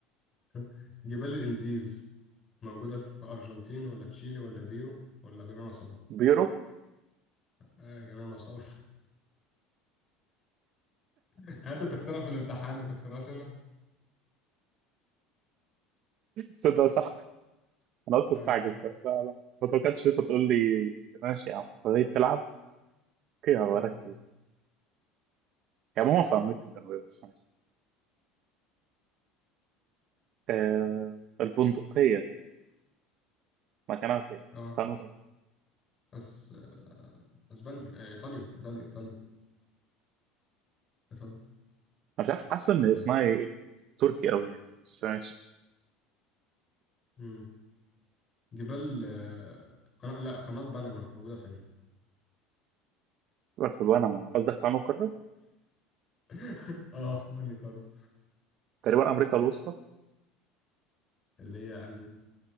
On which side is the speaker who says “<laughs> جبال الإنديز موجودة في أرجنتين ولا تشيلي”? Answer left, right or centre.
Left